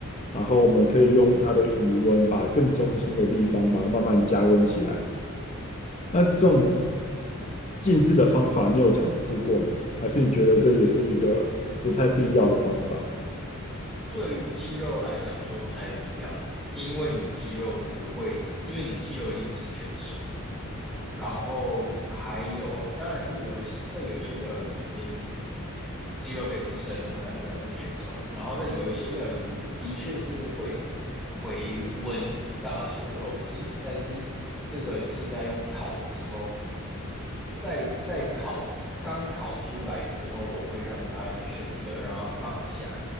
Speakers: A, on the left; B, in the centre.
A: 然后我们可以用它的余温把更中心的地方把它慢慢加温起来。那这种静置的方法，你有尝试过吗？还是你觉得这也是一个不太必要的方法？
B: 对于鸡肉来讲，我说不太必要，因为你鸡肉不会，因为你鸡肉一定吃全熟，然后还有，当然是有一些在有一些料理里面，鸡肉可以吃生的嘛，但平常吃全熟。然后在有一些料理里面，的确是会回温让它锁肉汁，但是这个是在用烤的时候，在在烤刚烤出来之后，我会让它选择让它放一下，